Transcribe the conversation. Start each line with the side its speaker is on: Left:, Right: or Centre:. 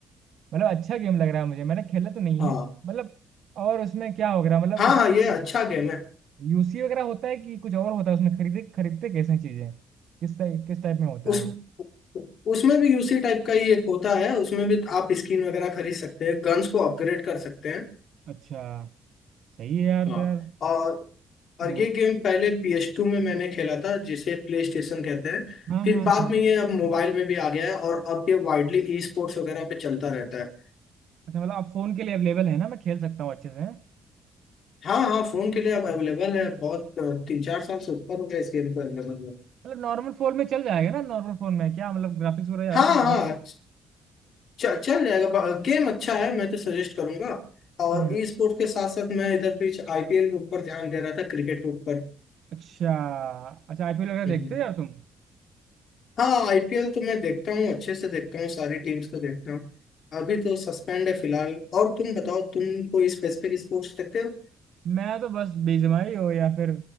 Right: मतलब अच्छा गेम लग रहा है मुझे मैंने खेला तो नहीं
Left: हाँ
Right: है मतलब और उसमें क्या हो रहा है मतलब
Left: हाँ
Right: उसमें
Left: हाँ ये अच्छा गेम है
Right: यूसी वगैरह होता है कि कुछ और होता है उसमें खरीदे खरीदते कैसे चीजें किस टाइप किस टाइप में होता
Left: उस
Right: है वो
Left: उसमें भी यूसी टाइप का ही एक होता है उसमें भी आप स्किन वगैरह खरीद सकते हैं गन्स को अपग्रेड कर सकते हैं
Right: अच्छा सही है यार
Left: हाँ
Right: तो यार
Left: और और
Right: अ,
Left: ये गेम पहले PS2 में मैंने खेला था जिसे प्ले स्टेशन कहते हैं
Right: हाँ
Left: फिर
Right: हाँ
Left: बाद
Right: हाँ
Left: में ये अब मोबाइल में भी आ गया है और अब ये वाइडली ई स्पोर्ट्स वगैरह पे चलता रहता है
Right: अच्छा मतलब आप फोन के लिए अवेलेबल है ना मैं खेल सकता हूँ अच्छे से हैं?
Left: हाँ हाँ फोन के लिए अब अवेलेबल है बहुत अ, तीन चार साल से ऊपर हो गया इस गेम को अवेलेबल हुआ
Right: मतलब नॉर्मल फोन में चल जाएगा ना नॉर्मल फोन में क्या मतलब ग्राफिक्स वगैरह यार
Left: हाँ
Right: जाएगा?
Left: हाँ चल चल जाएगा गेम अच्छा है मैं तो सजेस्ट करूंगा और
Right: हम्म
Left: ई स्पोर्ट्स के साथ साथ मैं इधर बीच आईपीएल के ऊपर ध्यान दे रहा था क्रिकेट के ऊपर
Right: अच्छा अच्छा आईपीएल वगैरह
Left: हम्म,
Right: देखते
Left: हम्म।
Right: हो यार तुम
Left: हाँ आईपीएल तो मैं देखता हूँ अच्छे से देखता हूँ सारी टीम्स को देखता हूँ अभी तो सस्पेंड है फिलहाल और तुम बताओ तुम कोई स्पेसिफिक स्पोर्ट्स देखते हो
Right: मैं तो बस बीजीएमआई हो या फिर